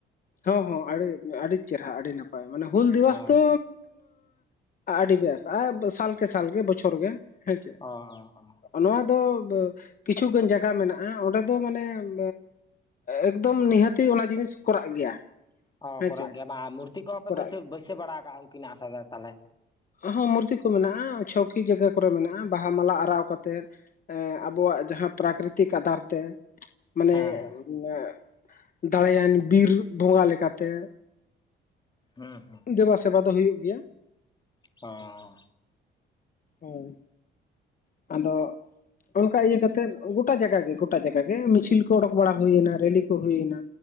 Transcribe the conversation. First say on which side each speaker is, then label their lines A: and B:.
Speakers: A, on the left; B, on the left.
A: ᱦᱚᱸ ᱦᱚᱸ ᱟᱹᱰᱤ ᱟᱹᱰᱤ ᱪᱮᱨᱦᱟ ᱟᱹᱰᱤ ᱱᱟᱯᱟᱭ ᱢᱟᱱᱮ ᱦᱩᱞ ᱫᱤᱵᱚᱥ
B: ᱚ
A: ᱛᱚ ᱟᱹᱰᱤ ᱵᱮᱥ ᱟᱨ ᱥᱟᱞ ᱠᱮ ᱥᱟᱞ ᱜᱮ ᱵᱚᱪᱷᱚᱨ ᱜᱮ ᱦᱮᱸ ᱪᱮ
B: ᱚ ᱚ ᱚ
A: ᱱᱚᱣᱟ ᱫᱚ ᱠᱤᱪᱷᱩᱜᱟᱱ ᱡᱟᱭᱜᱟ ᱢᱮᱱᱟᱜᱼᱟ ᱚᱸᱰᱮ ᱫᱚ ᱢᱟᱱᱮ ᱮᱸ ᱮᱠᱫᱚᱢ ᱱᱤᱦᱟᱹᱛᱤ ᱚᱱᱟ ᱡᱤᱱᱤᱥ ᱠᱚᱨᱟᱜ ᱜᱮᱭᱟ
B: ᱚ
A: ᱦᱮᱸᱪᱮ
B: ᱠᱚᱨᱟᱜ ᱜᱮᱭᱟ ᱵᱟᱝ ᱢᱩᱨᱛᱤ ᱠᱚᱦᱚᱸ ᱯᱮ
A: ᱠᱚᱨᱟᱜ
B: ᱵᱟᱹᱭᱥᱟᱹ
A: ᱜᱮᱭᱟ
B: ᱵᱟᱹᱭᱥᱟᱹ ᱵᱟᱲᱟ ᱟᱠᱟᱜᱼᱟ ᱩᱱᱠᱤᱱᱟᱜ ᱟᱥᱟ ᱫᱚ ᱛᱟᱞᱦᱮ
A: ᱦᱚᱸ ᱢᱩᱨᱛᱤ ᱠᱚ ᱢᱮᱱᱟᱜᱼᱟ ᱪᱷᱚᱠᱤ ᱡᱟᱭᱜᱟ ᱠᱚᱨᱮ ᱢᱮᱱᱟᱜᱼᱟ ᱵᱟᱦᱟ ᱢᱟᱞᱟ ᱟᱨᱟᱣ ᱠᱟᱛᱮᱫ ᱮᱸ ᱟᱵᱚᱣᱟᱜ ᱡᱟᱦᱟᱸ ᱯᱨᱟᱠᱨᱤᱛᱤᱠ ᱟᱫᱷᱟᱨᱛᱮ ᱢᱟᱱᱮ
B: ᱦᱮᱸ ᱦᱮᱸ
A: ᱮᱸᱜ ᱫᱟᱲᱟᱭᱟᱱ ᱵᱤᱨ ᱵᱚᱸᱜᱟ ᱞᱮᱠᱟᱛᱮ
B: ᱦᱮᱸ ᱦᱮᱸ
A: ᱫᱮᱵᱟ ᱥᱮᱵᱟ ᱫᱚ ᱦᱩᱭᱩᱜ ᱜᱮᱭᱟ
B: ᱚᱻ
A: ᱟᱨ ᱟᱫᱚ ᱚᱱᱠᱟ ᱤᱭᱟᱹ ᱠᱟᱛᱮᱜ ᱜᱚᱴᱟ ᱡᱟᱭᱜᱟ ᱜᱮ ᱜᱚᱴᱟ ᱡᱟᱭᱜᱟ ᱜᱮ ᱢᱤᱪᱷᱤᱞ ᱠᱚ ᱚᱰᱳᱠ ᱵᱟᱲᱟ ᱦᱩᱭᱱᱟ ᱨᱮᱞᱤ ᱠᱚ ᱦᱩᱭᱱᱟ